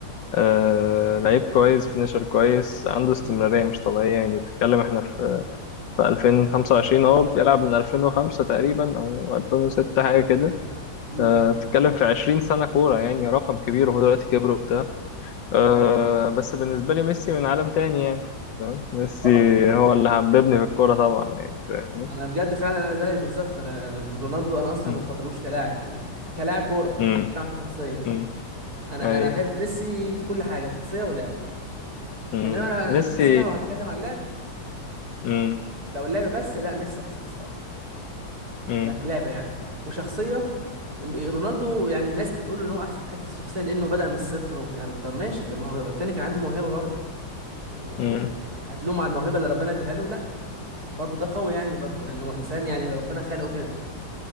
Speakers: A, on the left; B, on the right.
A: آه... لعيب كويس فينيشر كويس عنده استمرارية
B: مم.
A: مش طبيعية يعني بتتكلم احنا في في 2025 اه بيلعب من 2005 تقريبا او 2006 حاجه كده
B: مم.
A: أه بتتكلم في 20 سنه كوره يعني رقم كبير وهو دلوقتي كبر وبتاع أه
B: اه
A: بس بالنسبه لي ميسي من عالم تاني يعني فاهم؟ ميسي
B: طبعا
A: هو اللي حببني في الكوره طبعا يعني فاهمني
B: انا بجد فعلا انا زيك بالظبط انا رونالدو انا اصلا
A: امم
B: ما بفضلوش كلاعب يعني كلاعب كوره
A: امم
B: مش هتكلم عن كشخصيه
A: امم
B: انا
A: اي
B: انا احب ميسي في كل حاجه شخصيه ولعب
A: امم
B: انما انا
A: ميسي
B: أنا- بس انا لو هتكلم عن اللعب
A: امم
B: لو اللعب بس لا ميسي احسن الصراحه
A: امم
B: ده كلاعب يعني وشخصيه رونالدو يعني ناس بتقول ان هو احسن في حته الشخصيه لانه بدا من الصفر والكلام ده طب ماشي طب ما هو التاني كان عنده موهبه برضه يعني ما- يعني
A: امم
B: هتلوم على الموهبه اللي ربنا اداها له لا برضه ده قوي يعني برضه يعني هو انسان يعني ربنا خلقه كده